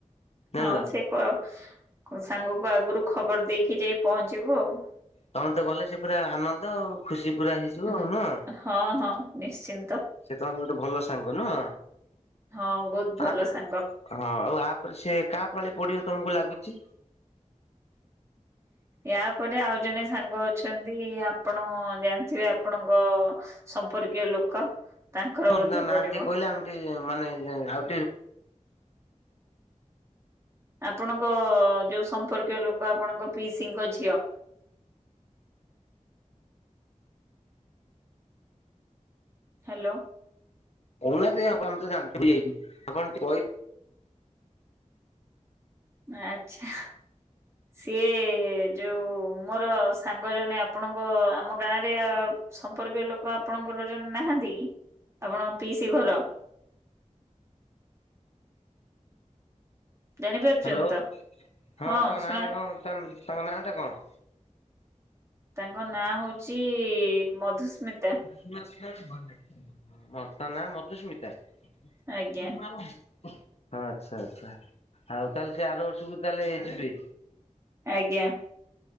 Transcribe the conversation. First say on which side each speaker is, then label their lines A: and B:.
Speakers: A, on the left (about 55°); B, on the right (about 20°).
A: ଜାଣିଲ
B: ହଁ ସେ କ କୋଉ ସାଙ୍ଗକୁ ଆଗରୁ ଖବର ଦେଇକି ଯାଇ ପହଞ୍ଚିବୁ ଆଉ।
A: ତମେମାନେ ତ ଗଲେ ସେ ପୁରା ଆନନ୍ଦ ଆଉ ଖୁସି ପୁରା ହେଇଯିବ
B: ଉଁ
A: ଆଉ ନୁହଁ?
B: ହଁ ହଁ ନିଶ୍ଚିନ୍ତ
A: ସେ ତମର ଗୋଟେ ଭଲ ସାଙ୍ଗ ନୁହଁ?
B: ହଁ ବହୁତ
A: ତାପରେ
B: ଭଲ ସାଙ୍ଗ।
A: ହଁ ଆଉ ଆ ପରେ ସେ କାହା ପାଳି ପଡିବ ତମକୁ ଲାଗୁଛି?
B: ୟା ପରେ ଆଉ ଜଣେ ସାଙ୍ଗ ଅଛନ୍ତି ଆପଣ ଜାଣିଥିବେ ଆପଣଙ୍କ ସମ୍ପର୍କୀୟ ଲୋକ। ତାଙ୍କର
A: ହଁ
B: ବୋଧେ
A: ନାଁ ନାଁ
B: ପଡିବ
A: ଟିକେ କହିଲେ ଆମେ ବି ମାନେ ଆଉ ଟି
B: ଆପଣଙ୍କ ଯୋଉ ସମ୍ପର୍କୀୟ ଲୋକ ଆପଣଙ୍କ ପିଇସିଙ୍କ ଝିଅ। ହାଲୋ।
A: କହୁନାହାନ୍ତି ଆପଣମାନେ ତ ଜାଣିଛନ୍ତି ଏଇଠି ଆପଣ କହି
B: ଆଛା। ସିଏ ଯୋଉ ମୋର ସାଙ୍ଗ ଜଣେ ଆପଣଙ୍କ ଆମ ଗାଁ ରେ ସମ୍ପର୍କୀୟ ଲୋକ ଆପଣଙ୍କର ଜଣେ ନାହାନ୍ତି କି ଆପଣଙ୍କ ପିଇସି ଘର। ଜାଣିପାରୁଛନ୍ତି
A: ହାଲୋ ହଁ
B: ତ ହଁ
A: ତାଙ୍କ
B: ଶୁଣା
A: ନାଁ ଟା କଣ ତାଙ୍କ ନାଁ ତାଙ୍କ ନାଁ ଟା କଣ?
B: ତାଙ୍କ ନାଁ ହଉଛି ମଧୁସ୍ମିତା।
A: <unintelligible> ହୁଁ ତାଙ୍କ ନାଁ ମଧୁସ୍ମିତା <unintelligible>
B: ଆଜ୍ଞା
A: ହଁ ଆଚ୍ଛା ଆଚ୍ଛା ଆଉ ତାହେଲେ ସେ ଆର ବର୍ଷକୁ ତାହେଲେ ଯିବେ?
B: ଆଜ୍ଞା।